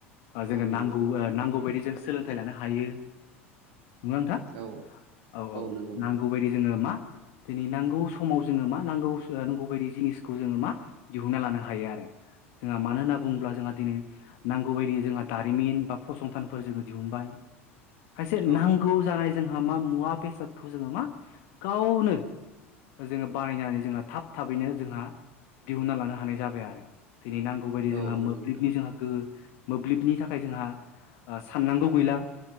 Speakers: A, on the left; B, on the right.
A: जों
B: औ
A: नांगौ
B: नंगौ नोंथां
A: नांगौ बायदि <unintelligible> ज सोलोंथाइ लानो हायो नंगौना नोंथां
B: औ
A: औ औ
B: नंगौ नोंथां
A: नांगौ
B: औ
A: बायदि जोङो मा दिनै नांगौ समाव जोङो मा नांगौ नांगौ बायदि जिनिसखौ जोङो मा दिहुनना लानो हायो आरो जोंहा मानो होनना बुङोब्ला जोंहा दिनै नांगौ बायदियै जोंहा दारिमिन बा फसंथानफोर जोङो दिहुनबाय खायसे नांगौ
B: औ
A: जानाय जोंहा मा मुवा बेसादखौ जोङो मा गावनो जोङो बानायनानै जो थाब थाबैनो जोंहा दिहुनन्ना लानो हानाय जाबाय आरो दिनै नांगौ बायदि जोंहा
B: औ नंगौ
A: मोब्लिबनि
B: नोंथां
A: जोंहा गोहो मोब्लिबनि थाखाय जोंहा साननांगौ गैला